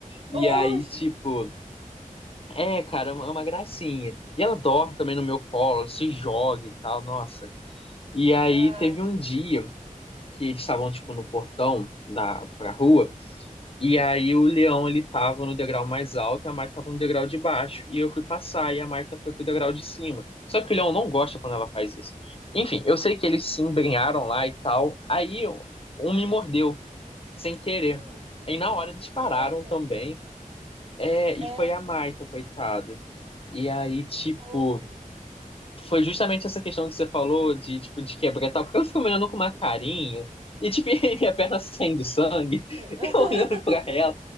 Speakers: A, on the left (about 40°); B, on the right (about 40°).
A: E
B: Hoje.
A: aí, tipo, é, cara, é uma é uma gracinha. E ela dorme também no meu colo, se joga e tal, nossa. E aí
B: Ah.
A: teve um dia que eles estavam, tipo, no portão da, pra rua. E aí o leão ele tava no degrau mais alto e a Marta tava no degrau de baixo. E eu fui passar e a Marta foi pro degrau de cima. Só que o leão não gosta quando ela faz isso. Enfim, eu sei que eles se embrenharam lá e tal. Aí eu- um me mordeu, sem querer.
B: Hum.
A: Aí na hora eles pararam
B: Eita.
A: também. É, e
B: É.
A: foi a Marta, coitada. E aí, tipo,
B: Ô, gente.
A: foi justamente essa questão que você falou de, tipo, de quebrar e tal, porque ela ficou me olhando com uma carinha, e, tipo, <laughs> minha perna saindo sangue,
B: <laughs>
A: <laughs> eu olhando pra ela.